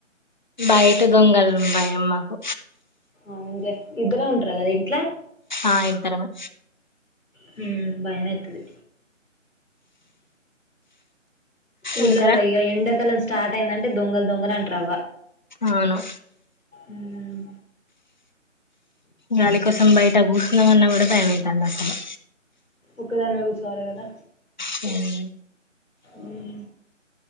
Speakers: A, on the left (about 35°); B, on the left (about 80°).
A: బయట దొంగలం భయం మాకు
B: అవున్లే ఇద్దరే ఉంటార కదా ఇంట్లో
A: ఆ ఇద్దరమే
B: హ్మ్ బయమేత్తది. ఊళ్ళల్లో
A: ఇంకరా
B: ఇగ ఎండాకాలం స్టార్ట్ అయిందంటే దొంగల్ దొంగల్ అంటరవ్వ
A: అవును
B: ఉమ్
A: గాలి కోసం బయట కూసున్నామన్నా కూడా భయమైతాంది అసలే
B: ఒక్కదానివే గుసవాలె కదా
A: మ్మ్
B: ఉమ్